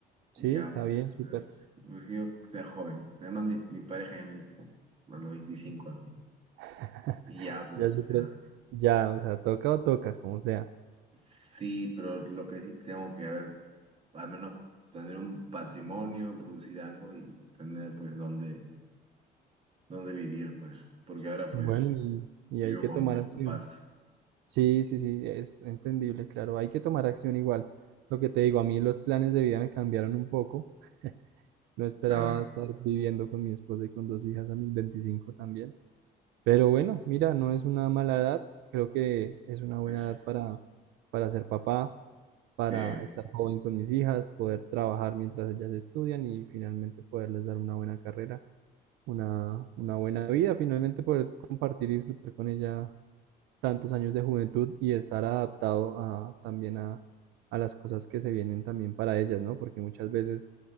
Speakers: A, on the right; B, on the right.
A: Sí,
B: Y ya,
A: está
B: pues,
A: bien,
B: o
A: súper.
B: sea, es- me refiero que era joven. Además, mi, mi pareja ya me dijo, a los veinticinco ¿no? Y,
A: <laughs>
B: y ya, pues,
A: Ya súper.
B: o sea,
A: Ya, o sea, toca o toca, como sea.
B: sí, pero lo que sí tengo que haber, al menos tener un patrimonio, producir algo y tener, pues, dónde, dónde vivir, pues, porque ahora, pues,
A: Bueno, y, y
B: vivo
A: hay que
B: con
A: tomar
B: mis
A: acción.
B: papás,
A: Sí, sí, sí, es entendible, claro. Hay que tomar acción igual. Lo que te digo, a mí los planes de vida me cambiaron un poco. No esperaba
B: claro.
A: estar viviendo con mi esposa y con dos hijas a mis 25 también. Pero bueno, mira, no es una mala edad. Creo que es una buena
B: Es,
A: edad para, para ser papá.
B: sí,
A: para estar joven con mis hijas, poder trabajar mientras ellas estudian y finalmente poderles dar una buena carrera, una, una buena vida, finalmente poder compartir y disfrutar con ella tantos años de juventud y estar adaptado a, también a, a las cosas que se vienen también para ellas, ¿no? Porque muchas veces